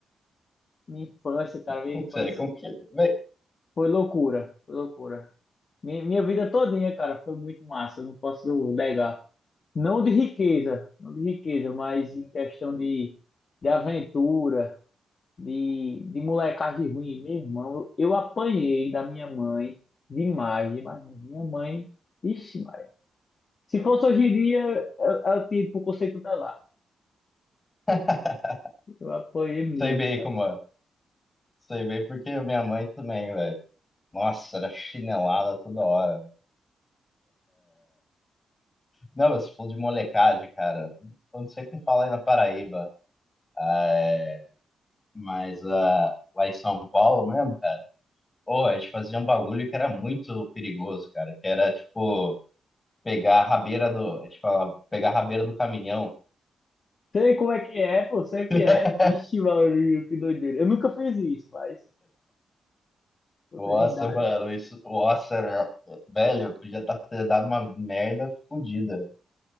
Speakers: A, on the left; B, on the left.
A: minha infância, cara, minha
B: Como
A: infância
B: que você é? Como que. Bem,
A: foi loucura, foi loucura. Minha, minha vida todinha, cara, foi muito massa, eu não posso negar. Não de riqueza, não de riqueza, mas em questão de, de aventura, de, de molecagem ruim. Meu irmão, eu apanhei da minha mãe demais, demais. mesmo. Minha mãe, ixi, Maria. Se fosse hoje em dia, eu, eu tiro pro conceito dela.
B: <laughs>
A: Eu apanhei muito.
B: sei bem como é. Sei bem porque minha mãe também, velho. Nossa, era chinelada toda hora. velho. Não, você falou de molecagem, cara. Eu não sei como fala aí na Paraíba. É, mas ah, lá em São Paulo mesmo, cara. Pô, a gente fazia um bagulho que era muito perigoso, cara. Que era tipo. Pegar a rabeira do. A gente fala, pegar a rabeira do caminhão.
A: Sei como é que é, pô, sempre
B: <laughs>
A: é. Ixi, Maurílio, que doideira. Eu nunca fiz isso, mas outra
B: Nossa,
A: rindade.
B: mano, isso. Nossa, né? velho, podia tá- ter dado uma merda fodida.